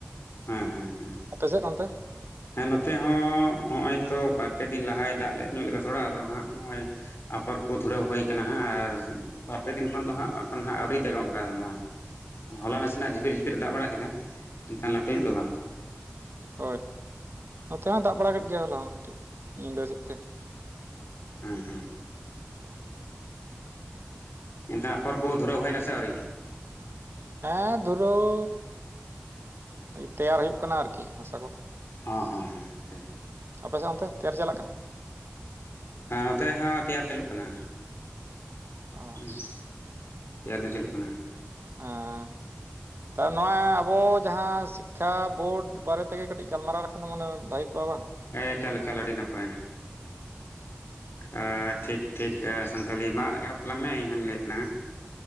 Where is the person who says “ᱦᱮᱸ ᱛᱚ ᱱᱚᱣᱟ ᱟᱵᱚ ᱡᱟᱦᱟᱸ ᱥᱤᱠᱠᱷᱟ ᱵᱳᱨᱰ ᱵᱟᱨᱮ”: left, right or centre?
Right